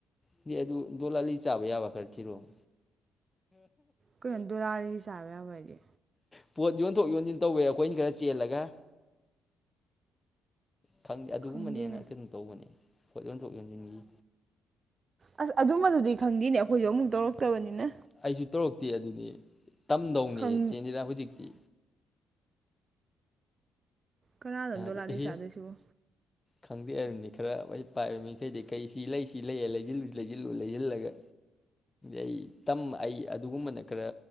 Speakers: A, on the left; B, on the right.
A: ꯁꯤ ꯑꯗꯨ ꯗꯣꯂꯥꯂꯤ ꯆꯥꯕ ꯌꯥꯕ ꯈꯔ ꯊꯤꯔꯣ ꯍꯝ
B: ꯀꯩꯅꯣ ꯗꯣꯂꯥꯔꯤ ꯁꯥꯕ ꯌꯥꯕ ꯑꯗꯤ
A: ꯄꯣ ꯌꯖꯤꯣꯟ ꯌꯊꯣꯛ ꯌꯣꯟꯁꯤꯟ ꯇꯧꯋꯦ ꯑꯩꯈꯣꯏꯅ ꯈꯔ ꯆꯦꯜꯂꯒ ꯈꯪꯗꯦ ꯑꯗꯨꯒꯨꯝꯕꯅꯦꯅ
B: ꯈꯪꯗꯦꯅꯦ
A: ꯀꯩꯅꯣꯝ ꯇꯧꯕꯅꯦ ꯄꯣꯠ ꯌꯣꯟꯊꯣꯛꯅꯤꯡꯅꯤꯡꯏ
B: ꯑꯁ ꯑꯗꯨꯝꯕꯗꯨꯗꯤ ꯈꯪꯗꯦꯅꯦ ꯑꯩꯈꯣꯏꯁꯨ ꯑꯃꯨꯛ ꯇꯧꯔꯛꯇꯕꯅꯤꯅ
A: ꯑꯩꯁꯨ ꯇꯧꯔꯛꯇꯦ ꯑꯗꯨꯗꯤ ꯇꯝꯗꯧꯅꯦ
B: ꯈꯪ
A: ꯆꯦꯟꯁꯤꯔ ꯍꯧꯖꯤꯛꯇꯤ
B: ꯀꯅꯥ ꯙꯟꯗꯣ
A: ꯑꯦꯍꯦ
B: ꯂꯥꯂꯤ ꯁꯥꯗꯦꯁꯨꯨ
A: ꯈꯪꯗꯦ ꯑꯗꯨꯅꯤ ꯈꯔ ꯍ ꯄꯥꯏꯕ ꯃꯤꯈꯩꯗꯤ ꯀꯩ ꯁꯤ ꯂꯩ ꯁꯤ ꯂꯩ ꯂꯩꯁꯤꯜꯂꯨ ꯂꯩꯁꯤꯜꯂꯨ ꯂꯩꯁꯤꯜꯂꯒ ꯑꯩ ꯇ ꯑꯩ ꯑꯗꯨꯒꯨꯝꯕꯅ ꯈꯔ